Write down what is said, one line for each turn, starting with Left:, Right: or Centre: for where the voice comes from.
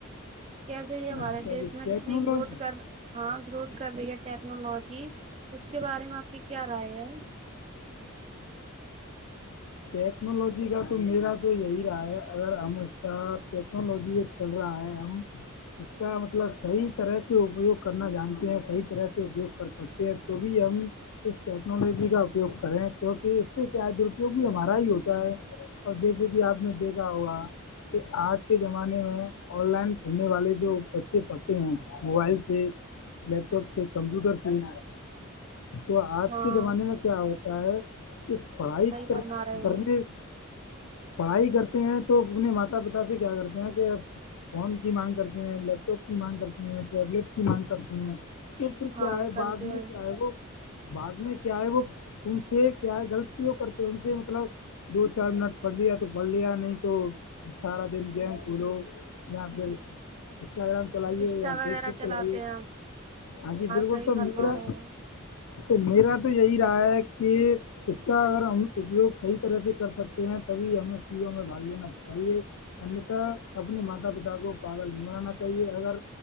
Right: کیسے یہ ہمارے
Left: اچھا
Right: دیش
Left: جی
Right: میں
Left: ٹیکنالوجی
Right: کتنی گروتھ کر ہاں گروتھ کر رہی ہے ٹیکنالوجی اس کے بارے میں آپ کی کیا رائے ہے
Left: ٹیکنالوجی کا تو میرا تو یہی رہا ہے اگر ہم اس کا ٹیکنالوجی چل رہا ہے ہم اس کا مطلب صحیح طرح سے اپیوگ کرنا جانتے ہیں صح طرح سے اپیوگ کر سکتے تو بھی ہم اس ٹیکنالوجی کا اپیوگ کریں کیونکہ اس سے کیا د جو بھی ہمارا ہی ہوتا ہے اور جیسے کہ آپ نے دیکھا ہوا کہ آج کے زمانے میں آن لائن پڑھنے والے جو بچے پڑھتے ہیں موبائل سے لیپٹاپ سے کمپیوٹر س تو آج
Right: ہاں
Left: کے زمانے میں کیا ہوتا ہے کہ پڑھائی
Right: صحیح
Left: کر
Right: فرما رہے
Left: کرنے
Right: ہو
Left: پڑھائی کرتے ہیں تو اپنے ماتا پتا سے کیا کرتے ہیں کہ فون کی مانگ کرتے ہیں لیپ ٹاپ کی مانگ کرتے ہیں ٹیبلیٹ کی مانگ کرتے ہیں چ پھر
Right: ہاں
Left: کیا ہے
Right: کرتے
Left: بعد میں
Right: ہیں
Left: کیا ہے وہ بعد میں کیا ہے وہ ان سے کیا ہے غلطوں کرتے ہیں ان سے مطلب دو چار منٹ پڑھ لیا تو پڑھ لیا نہیں تو سارا دن گئے کھلو یہاں پہ انسٹاگرام چلائیے
Right: انسٹا
Left: یا
Right: وغیرہ
Left: فیس بک
Right: چلاتے
Left: چلائیے
Right: ہیں
Left: ہاں جی بالکل
Right: صحیح
Left: تو
Right: فرما
Left: میرا
Right: رہے ہو
Left: تو میرا تو یہی رہا ہے کہ اس کا ا ہم اپیوگ صحی طرح سے کر سکتے ہیں تبھی ہمیں پیوں میں باگ لینا چاہیے انتا اپنے ماتا پتا کو پاگل نہیں بنانا چاہیے اگر